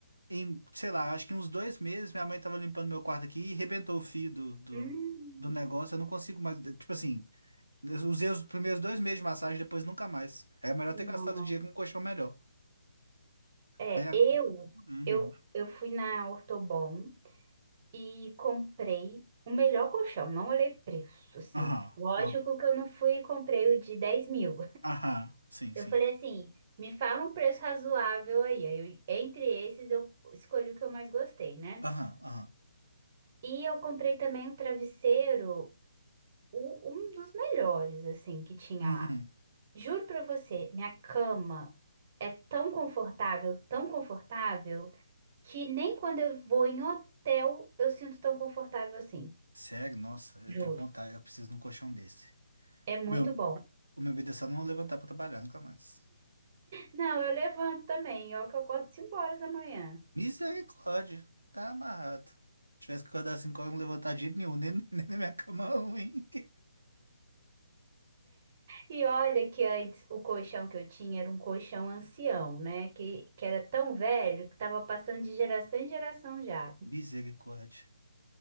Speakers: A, on the right; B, on the right.
A: em, sei lá, acho que uns dois meses, minha mãe tava limpando meu quarto aqui e rebentou o fio do, do,
B: Hum,
A: do negócio. Eu não consigo mais. Tipo assim, eu usei os primeiros dois meses de massagem, depois nunca mais. É melhor
B: não.
A: ter gastado dinheiro com um colchão melhor.
B: É,
A: Aí agora
B: eu,
A: eu tô procurando.
B: eu,
A: um.
B: eu fui na Ortobon e comprei o melhor colchão, não olhei preço, assim.
A: Aham,
B: Lógico
A: aham,
B: que eu não fui e comprei o de 10 mil.
A: aham, sim,
B: Eu
A: sim.
B: falei assim, me fala um preço razoável aí. Aí eu- entre esses, eu escolhi o que eu mais gostei, né?
A: Aham, aham.
B: E eu comprei também um travesseiro, o- um dos melhores, assim, que tinha
A: Uhum.
B: lá. Juro pra você, minha cama é tão confortável, tão confortável, que nem quando eu vou em hotel eu sinto tão confortável assim.
A: Sério, nossa, eu
B: Juro.
A: tenho vontade, eu preciso de um colchão desse.
B: É muito
A: Meu,
B: bom.
A: o meu medo é só não levantar pra trabalhar, nunca mais.
B: Não, eu levanto também, ó, que eu acordo 5 horas da manhã.
A: Misericórdia. Tá amarrado. Tivesse que acordar às 5 horas, não levantar de jeito nenhum, nem, <laughs> nem na minha cama ruim.
B: E olha que antes o colchão que eu tinha era um colchão ancião, né? Que, que era tão velho que tava passando de geração em geração já.
A: <laughs> Misericórdia.